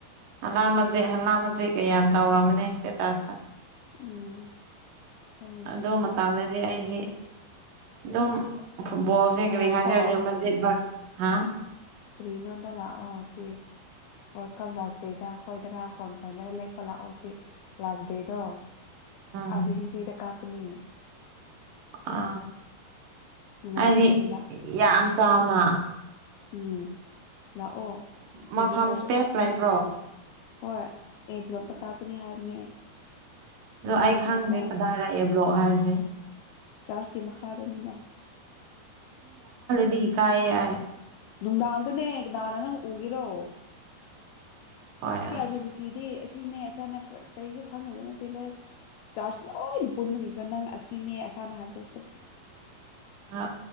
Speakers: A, on the right; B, on the left.
A: ꯍꯜꯥꯃꯗꯤ ꯍꯜꯥꯃ ꯑꯩ ꯀꯌꯥ ꯇꯧꯔꯝꯝꯕꯅꯦ ꯏꯁꯇꯦꯇꯥꯁꯇ
B: ꯎꯝ ꯌꯥꯝ ꯅꯨꯡꯁꯤꯌꯦ
A: ꯑꯣ ꯃꯇꯗꯗꯤ ꯑꯩꯗꯤ ꯗꯝ ꯣꯁꯦ
B: ꯉꯥꯏꯈꯣ
A: ꯔꯔꯤꯍꯁ ꯃꯁꯖꯤꯗ ꯍꯥ
B: ꯀ꯭ꯔꯔꯤꯟꯣꯗ ꯂ ꯑ ꯁꯤꯦ ꯋꯥꯔꯜ ꯀꯞ ꯂꯥꯁ ꯗꯦꯗ ꯑꯩꯈꯣꯏꯗꯅ ꯍꯣꯟ ꯀꯣꯏꯗꯅ ꯂꯦꯛꯄ ꯂꯥꯛꯑꯣ ꯁꯤ ꯂꯥꯁ ꯗꯦꯗꯣ
A: ꯎꯝ
B: ꯑꯥꯕꯤ ꯁꯤ ꯁꯤꯗ ꯀꯥꯞꯄꯅꯤ
A: ꯑ
B: ꯅꯨꯡꯉꯥꯏꯒꯅꯤ
A: ꯍꯥꯏꯗꯤ
B: ꯂꯥꯛ
A: ꯌꯥꯝ ꯆꯥꯎꯅ
B: ꯎꯝ ꯂꯥꯛꯑꯣ ꯄ꯭ꯔꯣꯖꯦꯇꯥꯔꯗ
A: ꯃꯐꯝ ꯏꯁꯄꯦꯁ
B: ꯀꯥꯞꯀꯅꯤꯌꯦ
A: ꯂꯩꯕ꯭ꯔꯣ
B: ꯍꯣꯏ ꯑꯦ ꯕ꯭ꯂꯣꯛꯇ ꯀꯥꯞꯀꯅꯤ ꯍꯥꯏꯕꯅꯦ
A: ꯑꯗꯣ
B: ꯄ꯭ꯔꯣꯖꯦꯛꯇꯔꯗ
A: ꯑꯩ ꯈꯪꯗꯦ ꯀꯗꯥꯏ ꯍꯥꯏꯔꯛꯑꯦ ꯕ꯭ꯂꯣꯛ ꯍꯥꯏꯁꯦ
B: ꯆꯥꯔꯖꯀꯤ ꯃꯈꯥꯗꯅꯤꯅ
A: ꯗꯤ ꯀꯑ
B: ꯅꯨꯡꯗꯥꯡꯗꯅꯦ ꯀꯅꯥꯅ ꯅꯪ ꯎꯒꯤꯔꯣ
A: ꯍꯣꯏ
B: ꯁꯤ
A: ꯑꯁ
B: ꯑꯔ ꯄꯕꯤ ꯁꯤ ꯁꯤꯗꯤ ꯑꯁꯤꯅꯦ ꯑꯥꯅ ꯀꯔꯤꯁꯨ ꯈꯪꯗꯕ ꯅꯠꯇꯦ ꯂꯣꯏ ꯆꯥꯔꯖ ꯂꯣꯏꯅ ꯄꯨꯟꯕꯒꯤꯀꯣ ꯅꯪ ꯑꯁꯤꯅꯦ ꯁꯅ ꯍꯥꯏꯗ ꯁꯄ
A: ꯑ